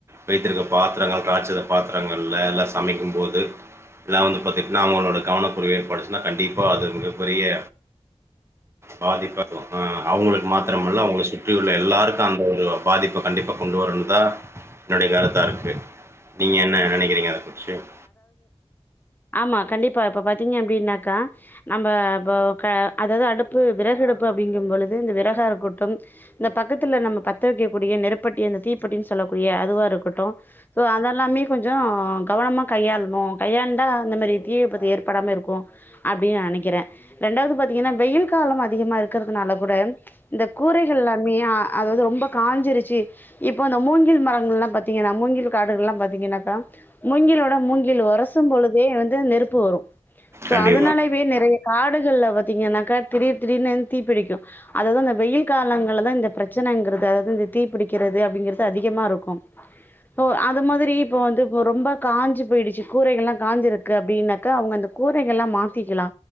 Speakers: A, on the right (about 25°); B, on the left (about 15°).
A: விச்சிருக்க பாத்ரங்கள் பாத்திரங்கள்ல்லா சமைக் கும்போது ல்லா வந்து பாத்துகிட்டீங்னா அவங்களோட கவனக்குறைபட்டுசுனா கண்டிப்பா அது மிகப்பெரிய பாதிப்பாகு உ அவங்களுக்கு மாத்திரமல்ல அவங்கள சுத்தியுள்ள எல்லாருக்கு அந்த ஒரு பாதிப்ப கண்டிப்பாக கொண்டு வரனு தா என்னுடைய கருத்தா இருக்கு நீங்க என்ன நெனைக்கிறீங்க கொட்சியம்
B: <inaudible> ஆமா கன் கண்டிப்பா இப்போ பாத்தீங்க அப்டின்னாக்கா நம்ம உ வ க அதாவது அடுப்பு விறகுடுப்பு அப்படிங்கும்பொழுது இந்த விறகா இருக்கட்டும் இந்த பக்கத்தில்ல நம்ம பத்த வக்கக்கூடிய நெருப்பட்டி அந்த தீப்பட்டின்னு சொல்லக்கூடிய அதுவாக இருக்கட்டு ஸோ அதெல்லாமே கொஞ்சோ கவனமா கையாளணு கையாண்டா அந்த மாரி தீவிபத்து ஏற்படாம இருக்கு அப்டின்னு நா நெனைக்கிறே ரெண்டாவது பாத்தீங்கன்னா வெயில் காலோ அதிகமா இருக்கிறதுனால கூட இந்த கூரைகள்லாமே அத வந்து ரொம்ப காஞ்சிருச்சு இப்போ இந்த மூங்கில் மரங்கள் எல்லாம் பாத்தீங்கன்னா மூங்கில் காடுகல்லா பாத்தீங்கன்னாக்கா மூங்கிலோட மூங்கில் ஒரசும்பொழுதே வந்து நெருப்பு வரு சோ
A: கண்டிப்பா
B: அதனாலயவே
A: கண்டிப்பா
B: நிறைய காடுகள்ல பாத்தீங்கன்னாக்கா திடீர் திடீர்னு தீ பிடிக்கு அதாவது இந்த வெயில் காலங்கள்ளதா இந்த பிரச்சனைங்கிறது அதாவது இந்த தீ பிடிக்கிறது அப்டிங்கறிது அதிகமா இருக்கு அது மாதிரி இப்ப வந்து ரொம்ப காஞ்சு போயிடுச்சு கூரைகல்லா காஞ்சிருக்கு அப்டின்னாக்கா அவங்க அந்த கூரைகள்லா மாத்திக்கலா